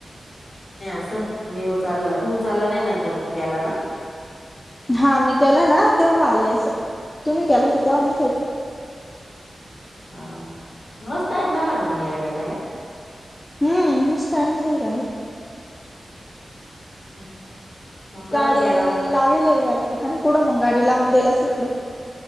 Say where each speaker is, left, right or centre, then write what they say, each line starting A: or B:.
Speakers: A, on the left; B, on the left.
A: अस मी उचालला तू उचालला नाही नंतर तू केला ना
B: हा मी केला ना तेव्हा आले अस तुम्ही केला होत तेव्हा नव्हत
A: हा हा मस् टाइम झाला ग मग यायला त्याला <inaudible>
B: हम्म लईज टाइम झाल
A: <unintelligible> परत
B: गाडी
A: गेला असं
B: लाविली वाटतं का नाही पुढं मग गाडी लावून देईल आस पुढ